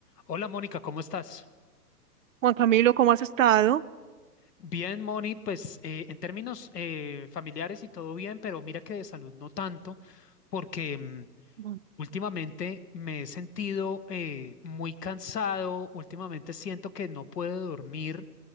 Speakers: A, on the left; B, on the right.
A: Hola Mónica, ¿cómo estás?
B: Juan Camilo, ¿cómo has estado?
A: Bien, Moni, pues eh, en términos eh, familiares y todo bien, pero mira que de salud no tanto, porque mm,
B: Mm,
A: últimamente me he sentido eh, muy cansado, últimamente siento que no puedo dormir